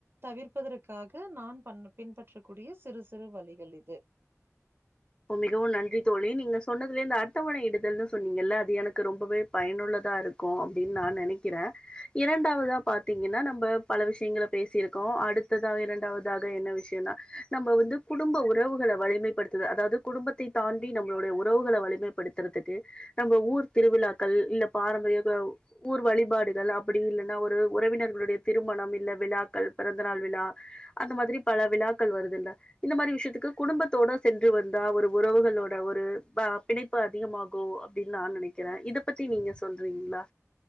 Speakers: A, on the right (about 45°); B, on the left (about 20°).
A: தவிர்ப்பதற்கற்காக நான் பண் பின்பற்றக்கூடிய சிறு சிறு வழிகள் இது
B: மிகவு நன்றி தோழி நீங்க சொன்னதுலே இந்த அர்த்தவணை இடுதல்ன்னனு சொன்னீங்கல்ல அது எனக்கு ரொம்பவே பயனுள்ளதா இருக் கு அப்டின்னு நா நெனைக்கிறே இரண்டாவதா பாத்தீங்கன்னா நம்ம பல விஷயங்கள பேசியிருக்கோ அடுத்ததா இரண்டாவதாக என்ன விஷயம்னா நம்ம வந்து குடும்ப உறவுகள வலிமைப்படுத்து அதாவது குடும்பத்தை தாண்டி நம்மளுடைய உறவுகள வலிமைப்படுத்துறதுக்கு நம்ம ஊர் திருவிழாக்கள் இல்ல பாரம்பரிய க ஊர் வழிபாடுகள் அப்டி இல்லைன்னா ஒரு உறவினர்களுடைய திருமணம் இல்ல விழாக்கள் பிறந்தநாள் விழா அந்த மாதிரி பல விழாக்கள் வருதுல்ல இந்த மாரி விஷயத்துக்கு குடும்பத்தோட சென் று வந்தா ஒரு உறவுகளோட ஒரு பிணைப்பு அதிகமாகு அப்டின்னு நா நெனைக் கறே இத பத்தி நீங்க சொல்றீங்களா